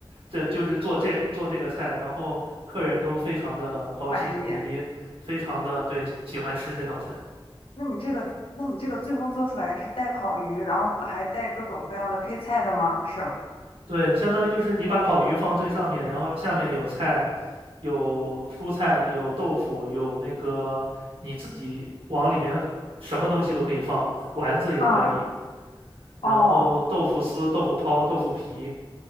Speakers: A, on the right (about 75°); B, on the left (about 75°).
A: 这就是做这做这个菜，然后客人都非常的高兴，
B: 满意。
A: 以及非常的对喜欢吃这道菜。
B: 那你这个，那你这个最后做出来是带烤鱼，然后还带各种各样的配菜的吗？是吗？
A: 对，相当于就是你把烤鱼放最上面，然后下面有菜，有蔬菜，有豆腐，有那个你自己往里面什么东西都可以放，丸子也可以，
B: 嗯
A: 然后豆腐丝、
B: 哦，
A: 豆腐泡、豆腐皮，